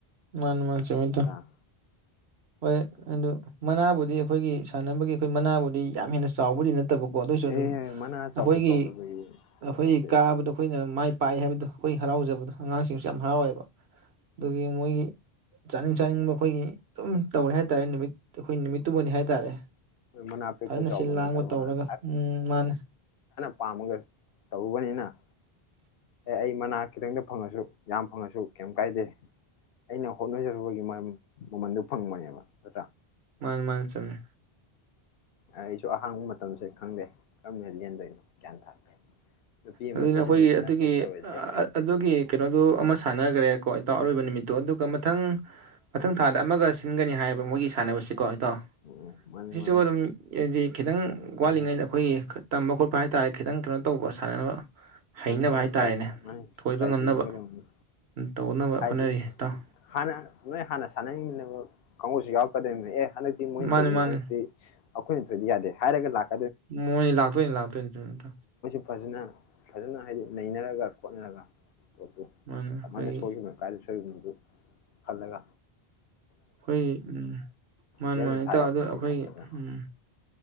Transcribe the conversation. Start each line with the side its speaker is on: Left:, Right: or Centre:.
Right: ꯃꯥꯅꯤ ꯃꯥꯅꯤ ꯆꯨꯝꯃꯤ
Left: ꯅꯠꯇ꯭ꯔꯥ
Right: ꯏꯇꯥꯎ ꯍꯣꯏ ꯑꯗꯨ ꯃꯅꯥꯕꯨꯗꯤ ꯑꯩꯈꯣꯏꯒꯤ ꯁꯥꯟꯅꯕ ꯑꯩꯈꯣꯢ ꯃꯅꯥꯕꯨꯗꯤ ꯌꯥꯝ ꯍꯦꯟꯅ ꯆꯥꯎꯕꯗꯤ ꯅꯠꯇꯦ ꯇꯕ ꯀꯣ ꯑꯗꯣꯏꯁꯨ
Left: ꯑꯦ
Right: ꯑꯗꯨꯝ
Left: ꯃꯅꯥ ꯑꯆꯧꯕ
Right: ꯑꯩꯈꯣꯢꯒꯤ
Left: ꯆꯥꯎꯗꯕꯒꯤ
Right: ꯑꯩꯈꯣꯢꯒꯤ
Left: ꯅꯠꯇꯦ
Right: ꯀꯥꯕꯗꯣ ꯑꯩꯈꯣꯢꯅ ꯃꯥꯏ ꯄꯥꯏ ꯍꯥꯏꯕꯗꯨ ꯈꯣꯏ ꯍꯔꯥꯎꯖꯕꯗꯣ ꯑꯉꯥꯡꯁꯤꯡꯁꯨ ꯌꯥꯝ ꯍꯔꯥꯎꯌꯦꯕ ꯑꯗꯨꯒꯤ ꯃꯣꯏꯒꯤ ꯆꯥꯅꯤꯡ ꯆꯥꯅꯤꯡꯕ ꯑꯩꯈꯣꯢꯒꯤ ꯗꯨꯝ ꯇꯧꯔꯦ ꯍꯥꯏ ꯇꯥꯔꯦ ꯅꯨꯃꯤꯠ ꯗꯨ ꯑꯩꯈꯣꯢ ꯅꯨꯃꯤꯠꯇꯨꯃꯗꯤ ꯍꯥꯏ ꯇꯥꯔꯦ
Left: ꯃꯅꯥ ꯄꯤꯛꯄ
Right: ꯐꯖꯅ
Left: ꯆꯥꯎꯕ
Right: ꯁꯤꯜ ꯂꯥꯡꯕ
Left: ꯅꯠꯇꯕ
Right: ꯇꯧꯔꯒ ꯑꯝ ꯃꯥꯅꯤ
Left: ꯄꯥꯝꯕꯉꯩ ꯇꯧꯕꯅꯤꯅ ꯑꯩ ꯃꯅꯥ ꯈꯤꯠꯇꯪꯗ ꯐꯪꯂꯥꯁꯨ ꯌꯥꯝ ꯐꯪꯂꯁꯨ ꯀꯥꯌꯝ ꯀꯥꯏꯗꯦ ꯑꯩꯅ ꯍꯣꯠꯅ ꯖꯥꯈꯤꯕꯩ ꯃꯍꯩ ꯃꯃꯟꯗꯨ ꯐꯪꯕꯅꯦꯕ ꯅꯠꯇꯔ
Right: ꯃꯥꯟꯅꯤ ꯃꯥꯟꯅꯤ ꯆꯨꯝꯃꯤ
Left: ꯑꯩꯁꯨ ꯑꯍꯥꯡꯕ ꯃꯇꯝꯁꯦ ꯈꯪꯗꯦ ꯀꯝꯗꯧꯅ ꯂꯦꯟꯗꯣꯏꯅꯣ ꯒꯌꯥꯟ ꯇꯥꯗꯦ ꯅꯨꯄꯤ ꯑꯃ
Right: ꯑꯗꯨꯗꯤ
Left: ꯀꯣꯏꯁꯤꯟꯕꯁꯨ
Right: ꯅꯈꯣꯏꯒꯤ
Left: ꯅꯠꯇꯦ
Right: ꯑꯗꯨꯒꯤ
Left: ꯇꯧꯔꯤꯁꯦ
Right: ꯑꯗꯨꯒꯤ ꯀꯩꯅꯣꯗꯨ ꯑꯃ ꯁꯥꯟꯅꯈꯔꯦꯀꯣ ꯏꯇꯥꯎ ꯑꯗꯨ ꯅꯨꯃꯤꯠꯇꯣ ꯑꯗꯨꯒ ꯃꯊꯪ ꯃꯊꯪ ꯊꯥꯗ ꯑꯃꯥꯒ ꯁꯤꯟꯒꯅꯤ ꯍꯥꯏꯕ ꯃꯣꯏꯒꯤ ꯁꯥꯟꯅꯕꯁꯤ ꯀ‌ꯣ ꯢꯇꯥꯎ
Left: ꯎꯝ ꯃꯥꯅꯤ ꯃꯥꯅꯤ
Right: ꯁꯤꯁꯨ ꯑꯗꯨꯝ ꯍꯥꯏꯗꯤ ꯈꯤꯠꯇꯪ ꯋꯥꯠꯂꯤꯉꯩꯗ
Left: ꯑꯦ
Right: ꯑꯩꯈꯣꯏꯒꯤ ꯇꯝꯕ ꯈꯣꯠꯄ ꯍꯥꯏꯇꯔꯦ ꯈꯤꯠꯇꯪ ꯀꯩꯅꯣ ꯇꯧꯕ ꯁꯥꯟꯅꯅꯕ ꯍꯩꯅꯕ
Left: ꯃꯥꯟꯅꯤ ꯃꯥꯟꯅꯤ
Right: ꯍꯥꯏꯇꯥꯔꯦꯅꯦ
Left: ꯇꯔꯥꯏ ꯃꯥꯟꯅꯤ
Right: ꯊꯣꯏꯕ
Left: ꯇꯔꯥꯏ
Right: ꯉꯝꯅꯕ
Left: ꯇꯧꯁꯤꯟꯒꯗꯕꯅꯤ
Right: ꯇꯧꯅꯕ
Left: ꯍꯥꯏꯗꯤ
Right: ꯍꯣꯠꯅꯔꯤ ꯏꯇꯥꯎ
Left: ꯍꯥꯟꯅ ꯅꯣꯏ ꯍꯥꯟꯅ ꯁꯥꯟꯅ ꯃꯤꯟꯅꯕ ꯀꯥꯡꯕꯨꯁꯨ ꯌꯥꯎꯔꯛ ꯀꯗꯣꯏꯅꯤ ꯑꯦ ꯍꯟꯗꯛꯇꯤ ꯃꯣꯏꯊꯣꯏꯕꯅꯤ
Right: ꯃꯥꯅꯤ ꯃꯥꯅꯤ
Left: ꯍꯟꯗꯛꯇꯤ ꯑꯩꯇꯣꯏꯅ ꯊꯣꯏꯗ ꯌꯥꯗꯦ ꯍꯥꯏꯔꯒ ꯂꯛ
Right: ꯃꯣꯏ ꯂꯥꯛꯇꯣꯏꯅꯤ ꯂꯥꯛꯇꯣꯏꯅꯤꯗ ꯏꯇꯥꯎ
Left: ꯐꯖꯟꯅ ꯐꯖꯟꯅ ꯍꯥꯏꯗꯤ ꯅꯩꯅꯔꯒ ꯈꯣꯠꯅꯔꯒ ꯑꯣꯀꯦ
Right: ꯃꯥꯅꯤ ꯑꯩꯈꯣꯏꯒꯤ
Left: ꯑꯗꯨ ꯃꯥꯏꯅ ꯁꯣꯏꯈꯤꯕꯅꯦ ꯀꯥꯏ ꯁꯣꯏꯈꯤꯕꯗꯨꯗꯤ ꯍꯟꯂꯒ
Right: ꯍꯣꯢ ꯎꯝ ꯃꯥꯟꯅꯦ
Left: ꯂꯦꯝꯅ
Right: ꯃꯥꯟꯅꯦ
Left: ꯊꯥ
Right: ꯏꯇꯥꯎ
Left: ꯌꯥꯄꯣꯟꯇꯦ
Right: ꯑꯗꯣ ꯑꯩꯈꯣꯏ
Left: ꯈꯜꯂꯒ
Right: ꯎꯝ